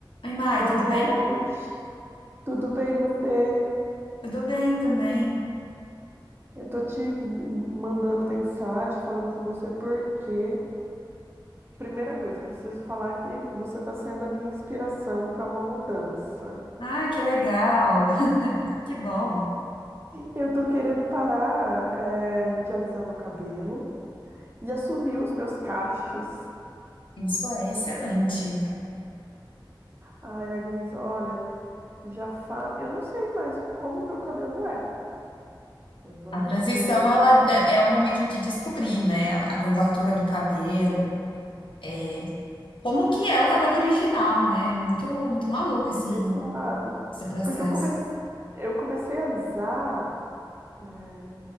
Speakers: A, on the left; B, on the right.
A: Oi, Mai,
B: Boa
A: tudo
B: noite.
A: bem?
B: Tudo bem, você?
A: Tudo bem também.
B: Eu tô te mandando mensagem, falando com você porque, primeira coisa, preciso falar que você tá sendo a minha inspiração para uma mudança.
A: Ai, que legal. <laughs> Que bom.
B: Eu tô querendo parar, é, de alisar meu cabelo e assumir os meus cachos.
A: Isso é excelente.
B: Ai, Agnes, olha, já fa... eu não sei mais como meu cabelo é. Eu não
A: A transição,
B: sei. por-
A: ela é é o momento de descobrir, né? A, a curvatura do cabelo, é, como que é o cabelo original, né? Muito, muito maluco esse,
B: Exato.
A: esse processo.
B: Porque eu comecei, eu comecei a alisar. eh,